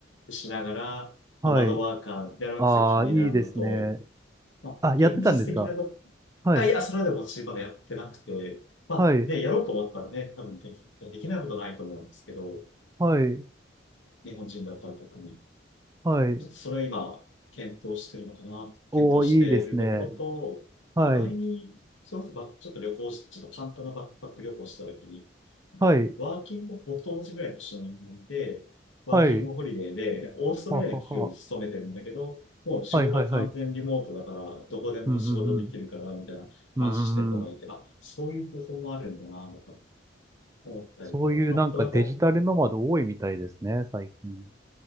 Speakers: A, on the left; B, on the right.
A: クしながら、
B: はい。
A: ノマドワーカーでやるわけが気になるのと、
B: ああ、いいですね。
A: まあ、
B: あ、
A: 現実的なと、
B: やってたんですかはい。
A: あ、いや、それはでも私まだやってなくて、まあ、
B: はい。
A: ね、やろうと思ったらね、多分でき、できないことないと思うんですけど、
B: はい。
A: 日本人だったら特に。
B: はい。
A: ちょっとそれを今、検討してるのかな、
B: おー、
A: 検討しているところと、
B: いいですね。はい。
A: なんか前に、それこそばちょっと旅行し、ちょっと簡単なバックパック旅行したときに、なんか、
B: はい。
A: ワーキング、僕と同じぐらいの年の人間で、ワーキングホリデーで、
B: はい。
A: なんかオーストラリアの企業に勤めてるんだけど、
B: ははは。
A: もう仕事は完全リモートだから、
B: はい。はい。はい。
A: どこでも仕事できるから、
B: うんうんうん。
A: みたいな話してる人がいて、
B: うんうんうん。
A: あ、そういう方法もあるんだな、とか思ったりとか、
B: そういうなんかデジタルノマド多いみたいですね、
A: まあ、例えば。
B: 最近。